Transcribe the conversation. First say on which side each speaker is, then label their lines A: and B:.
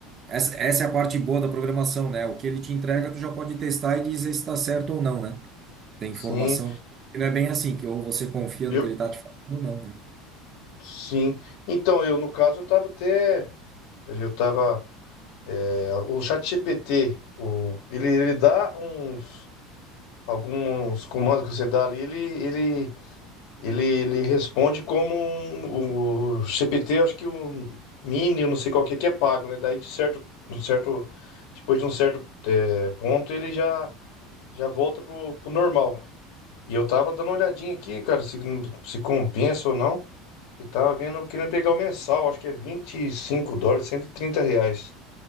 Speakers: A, on the right; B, on the left.
A: essa, essa é a parte boa da programação, né? O que ele te entrega, tu já pode testar e dizer se está certo ou não, né? Tem
B: Sim,
A: informação que não é bem assim, que ou você confia
B: eu,
A: no que ele está te falando ou não, né?
B: sim. Então, eu, no caso, eu tava até, eu tava, é, o ChatGPT, o, ele, ele dá uns, alguns comandos que você dá ali, ele, ele, ele, ele responde como um- o GPT, eu acho que o Mini, eu não sei qual que é, que é pago, né? Daí, de certo, um certo, depois de um certo, é, ponto, ele já, já volta pro, pro normal. E eu tava dando uma olhadinha aqui, cara, se, se compensa ou não. Eu tava vendo, querendo pegar o mensal, acho que é 25 dólares, 130 reais.